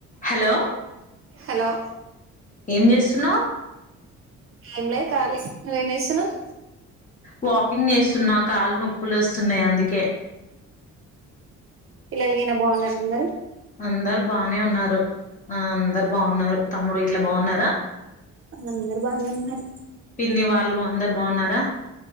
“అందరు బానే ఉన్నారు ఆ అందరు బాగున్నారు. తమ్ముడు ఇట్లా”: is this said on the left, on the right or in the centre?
Left